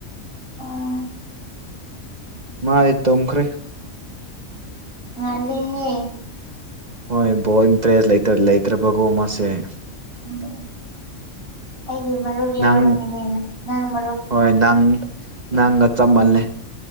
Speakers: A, on the left; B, on the right.
A: ꯑꯣ
B: ꯃꯥꯗꯤ ꯇꯨꯝꯈ꯭ꯔꯦ
A: ꯉꯥꯟꯗꯦꯍꯦ
B: ꯍꯣꯏ ꯕꯣꯜ ꯏꯞꯇ꯭ꯔꯦꯁ ꯂꯩꯇ ꯂꯩꯇ꯭ꯔꯕꯒꯨꯝ ꯃꯥꯁꯦ
A: ꯎꯝ ꯑꯩꯒꯤ ꯃꯔꯨꯞ ꯌꯥꯎꯔꯝꯃꯤꯅꯦ
B: ꯅꯪ
A: ꯅꯪ ꯃꯔꯨꯞꯇꯨ
B: ꯍꯣꯏ ꯅꯪ ꯅꯪꯒ ꯆꯞꯃꯜꯂꯦ